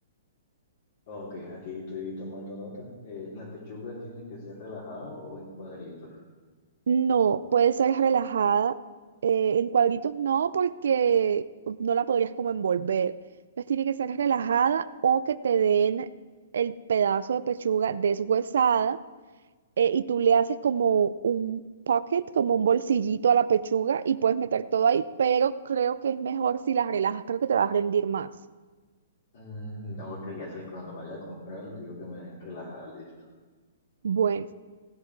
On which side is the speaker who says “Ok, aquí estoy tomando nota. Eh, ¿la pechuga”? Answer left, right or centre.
Left